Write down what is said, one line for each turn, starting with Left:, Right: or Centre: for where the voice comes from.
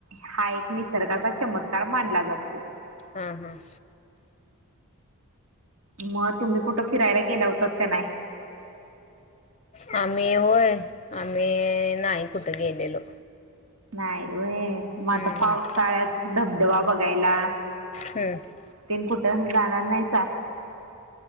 Right: हा एक निसर्गाचा चमत्कार मानला जातो
Left: हा हम
Right: मग तुम्ही कुठं फिरायला गेला होताात का नाही
Left: आम्ही होय आम्ही नाही कुठं गेलेलो
Right: नाही होय मग आता
Left: हम्म
Right: पाव साचाळ्यात धबधबा बघायला
Left: हो
Right: तेन कुठं जाणार नाही सा